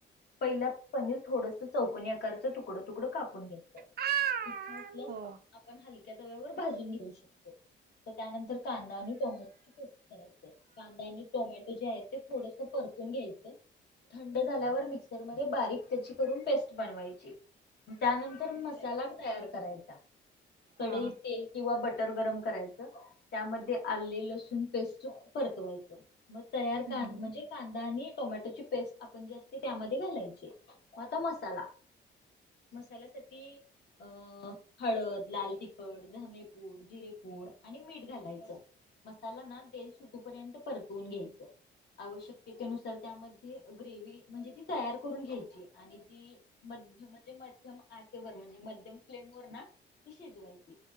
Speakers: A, on the left (about 55°); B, on the right (about 50°).
A: पहिला पनीर थोडस चौकनी आकारचं तुकडं तुकडं कापून घेतयच
B: हो.
A: इच्छा असल्यास
B: हो
A: आपण हलक्या तव्यावर भाजून घेऊ शकतो तर त्यानंतर कांदा आणि टोमॅटोची पेस्ट करायचे कांदा आणि टोमॅटो जे आहे ते थोडस पर घ्याय थंड झाल्यावर मिक्सर मध्ये बारीक त्याची करून पेस्ट बनवायची त्यानंतर मसाला तयार करायचा कडई
B: आ
A: तेल किंवा बटर गरम करायचं त्यामध्ये आले लसूण पेस्ट परतू मग तर
B: हो
A: म्हणजे कांदा आणि टोमॅटोची पेस् आपण जे असत त्यामध्ये घालायचे मग आता मसाला मसाल्यासाठी अ हळद, लाल तिखट, धनेपूड जिरेपू गोड आणि मीठ घालायचं मसाला ना तेल सुटूपर्यंत परतवून घ्यायचं आवश्यकतेनुसार त्यामध्ये ग्रेवी म्हणजे ती तयार करून घ्यायची आणि ती मध्य म्हणजे मध्यम आचेवर म्हणजे मध्यम फ्लेम वर ना ती शिजवायची